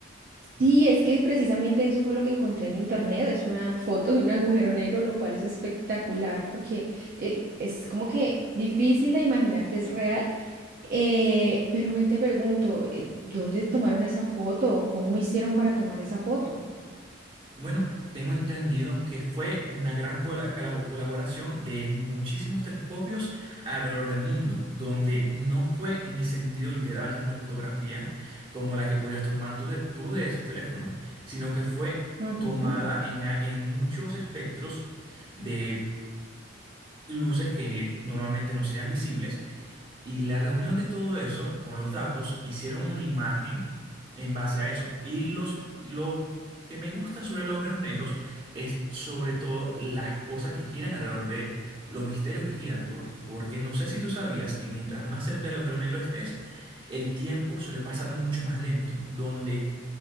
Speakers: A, on the right; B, on the right.
A: Sí, es que precisamente eso fue lo que encontré en internet, es una foto de un agujero negro, lo cual es espectacular porque eh, es como que difícil de imaginar que es real. Eh, pero ven, te pregunto, eh, ¿dónde tomaron esa foto? ¿Cómo hicieron para tomar esa foto?
B: Bueno, tengo entendido que fue una gran cola- cala- colaboración de muchísimos telescopios alrededor del mundo, donde no fue en el sentido literal de una fotografía como la que podrías tomar tú de, tú de tu teléfono, sino que fue
A: Ajá.
B: tomada en, a- en muchos espectros de luces que normalmente no serían visibles y la reunión de todo eso con los datos hicieron una imagen en base a eso. Y los, lo que me gusta sobre los agujeros negros es sobre todo las cosas que giran alrededor de él, los misterios que giran, porque, porque no sé si tú sabías que mientras más cerca del agujero negro estés, el tiempo suele pasar mucho más lento, donde